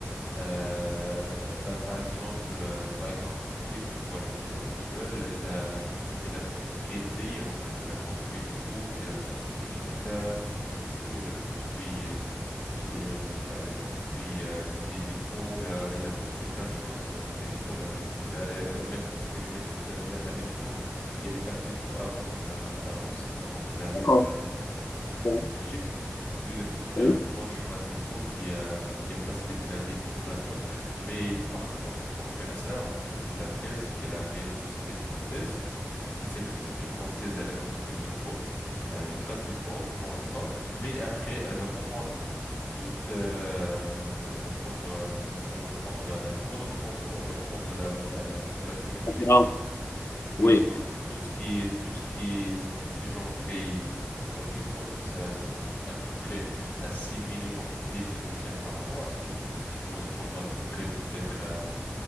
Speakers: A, on the left; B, on the left.
A: Euh, bah, par exemple, euh, par exemple en Égypte, tu vois le président actuel, il a, il a construit le pays en fait, il a construit des routes, il a construit des hôpitaux, des hôpitaux, il a construit et euh, bah, elle a construit euh, des, des ponts, elle a, elle a construit plein de choses. euh, Honnêtement, elle a, elle a, elle a même construit le métro, la, la- la métro. Il n'y avait pas de métro avant, euh, avant, s- avant qu'il arrive
B: D'accord.
A: euh, en, en, euh,
B: Oui.
A: en Égypte. Lui, il a construit
B: oui.
A: un bon chemin de métro qui a, qui a facilité la vie pour plein de monde. Mais par contre, pour faire ça, en fait, ce qu'elle a fait, c'est qu'elle a amené une société française et cette société française, elle a construit le métro euh, gratuitement pour l'instant, mais après, elle va prendre toute, euh, elle va prendre, euh, elle va prendre euh, pendant 30 ans, elle va prendre la, la, de l'économie
B: Concurrence.
A: égyptienne. Oui,
B: Oui.
A: donc tout ce qui est, tout ce qui est, tout ce que les gens payent pour le métro, donc ça, ça correspond à peu près à 6 millions de livres égyptiens par jour, à ce qui, re- ce qui correspondra à peu près peut-être à